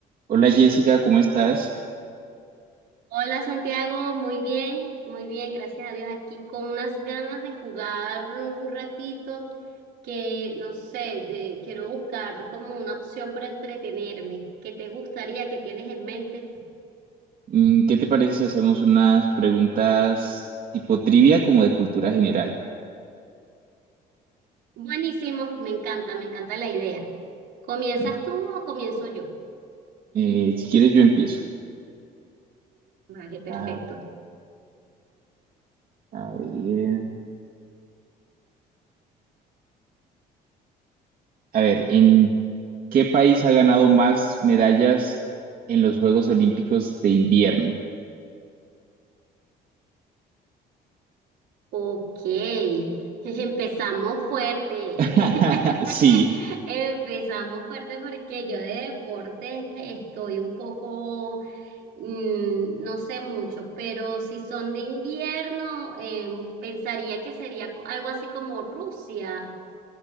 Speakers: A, on the right; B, on the right.
A: Hola Jessica, ¿cómo estás?
B: Hola Santiago, muy bien, muy bien, gracias a Dios. Aquí con unas ganas de jugar un ratito que no sé, de- quiero buscar como una opción para entretenerme. ¿Qué te gustaría? ¿Qué tienes en mente?
A: Mm, ¿Qué te parece si hacemos unas preguntas tipo trivia como de cultura general?
B: Buenísimo, me encanta, me encanta la idea. ¿Comienzas
A: ¿no?
B: tú o comienzo yo?
A: Eh, si quieres yo empiezo.
B: Vale, perfecto.
A: A, a ver, a ver, ¿en qué país ha ganado más medallas en los Juegos Olímpicos de invierno?
B: Ok, <laughs> empezamos fuerte.
A: <laughs>
B: <laughs>
A: Sí,
B: Empezamos fuerte porque yo de deportes estoy un poco Mm, no sé mucho, pero si son de invierno, eh, pensaría que sería co- algo así como Rusia.